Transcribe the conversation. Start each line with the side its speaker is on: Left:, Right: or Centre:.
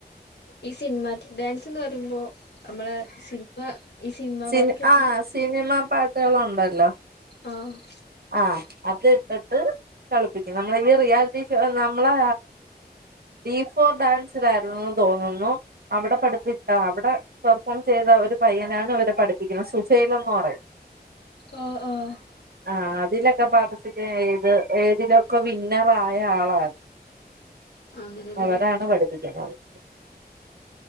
Left: ഈ സിനിമാറ്റിക് ഡാൻസെന്ന് പറയുംമ്പോ നമ്മള് സിനിമ ഈ സിനിമ
Right: സിന്
Left: പാട്ടൊക്കെ വെച്ച്
Right: ആ സിനിമാ പാട്ടുകളുണ്ടല്ലോ
Left: ആഹ്
Right: ആ അത് ഇട്ടിട്ട് കളിപ്പിക്കും നമ്മള ഈ റിയാലിറ്റി ഷോ നമ്മളാ ഡീ ഫോർ ഡാൻസിലായിരുന്നൂന്ന് തോന്നുന്നു അവിടെ പഠിപ്പി അവ്ടെ പെർഫോം ചെയ്ത ഒരു പയ്യനാണ് ഇവിടെ പഠിപ്പിക്കുന്ന സുചൈലെന്ന് പറയും
Left: ഓഹ് ഓഹ്
Right: ആ അതിലൊക്കെ പാട്ടിസിപ്പേത് ഏതിലൊക്ക വിന്നറായ ആളാ
Left: അങ്ങനെല്ലേ
Right: അവരാണ് പഠിപ്പിക്കുന്നത്